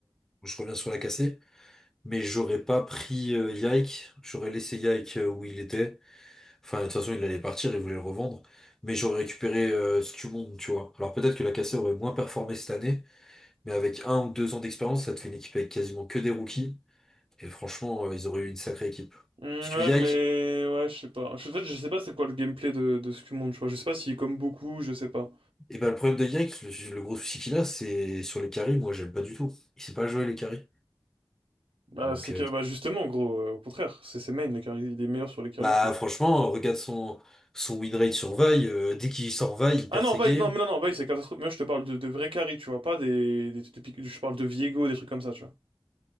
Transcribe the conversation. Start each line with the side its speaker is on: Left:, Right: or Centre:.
Centre: on- je reviens sur la cassée, mais j'aurais pas pris euh, Yike. J'aurais laissé Yike euh, où il était. Enfin, de toute façon, il allait partir, il voulait le revendre. Mais j'aurais récupéré euh, Scumonde, tu vois. Alors peut-être que la cassée aurait moins performé cette année, mais avec un ou deux ans d'expérience, ça te fait une équipe avec quasiment que des rookies. Et franchement, euh, ils auraient eu une sacrée équipe.
Right: Hmm,
Centre: Parce
Right: ouais,
Centre: que Yike,
Right: mais. Ouais, je sais pas. En fait, je sais pas c'est quoi le gameplay de, de Skumon, tu vois. Je sais pas s'il comme beaucoup, je sais pas.
Centre: et ben, le problème de Yike, le, le gros souci qu'il a, c'est sur les carries, moi, j'aime pas du tout. Il sait pas jouer les carries.
Right: Bah,
Centre: Donc,
Right: c'est
Centre: euh,
Right: que. Bah, justement, gros, euh, au contraire, c'est ses mains, les carry- il est meilleur sur les carries
Centre: Bah franchement, regarde son, son win rate sur Vi, euh, dès qu'il sort Vi, il
Right: Ah
Centre: perd
Right: non,
Centre: ses
Right: Vice,
Centre: games.
Right: non, mais non, non, Vice, c'est catastrophique. Mais moi, je te parle de, de vrais carrés, tu vois, pas des, des, des pic- je parle de Viego, des trucs comme ça, tu vois.